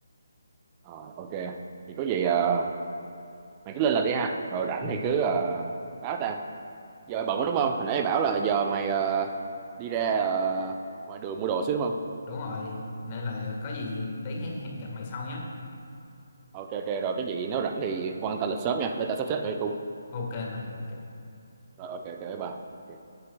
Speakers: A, on the right; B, on the left.
A: ờ ok thì có gì ờ, mày cứ lên là đi ha rồi rảnh
B: Ừ.
A: thì cứ ờ, báo tao giờ mày bận quá đúng không hồi nãy mày bảo là giờ mày ờ, đi ra ờ, ngoài đường mua đồ xíu đúng không
B: đúng rồi nên là có gì tí hẹn gặp mày sau nhé
A: ok ok rồi cái gì nếu rảnh thì quan tâm lịch sớm nha để tao sắp xếp cho cô
B: ok mày ok
A: rồi ok ok bye bye. Ok.